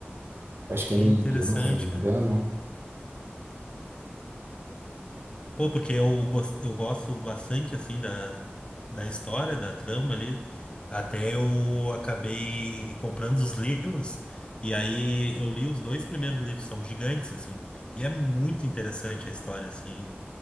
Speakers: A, on the right (about 60°); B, on the left (about 25°).
A: Eu acho que
B: que
A: é na
B: interessante,
A: HBO, se eu não me engano.
B: cara. Pô, porque eu gosto, eu gosto bastante assim da da história, da trama ali. Até eu acabei comprando os livros e aí eu li os dois primeiros livros, são gigantes assim. E é muito interessante a história assim.